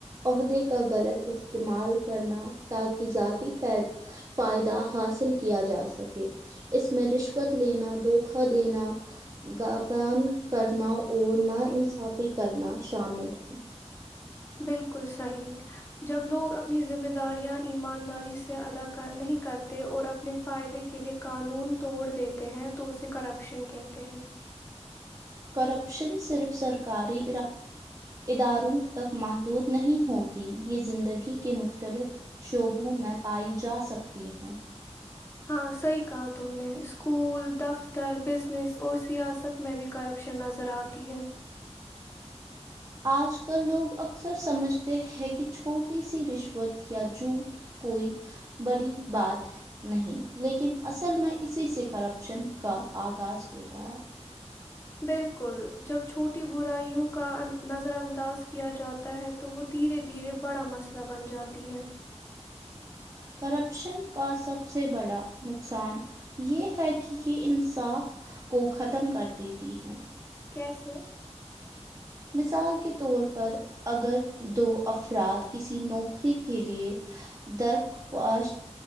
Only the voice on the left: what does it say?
بالکل صحی جب لوگ اپنی ذمہ داریاں ایمانداری سے ادا نہیں کرتے اور اپنے فائدے کے لئے قانون توڑ دیتے ہیں تو اسے کرپشن کہتے ہیں
ہاں صحیح کہا تم نے اسکول دفتر بزنس اور سیاست میں بھی کرپشن نظر آتی ہے
بالکل جب چھوٹی برائیوں کا نظر انداز کیا جاتا ہے تو وہ دھیرے دھیرے بڑا مسئلہ بن جاتی ہیں
کیسے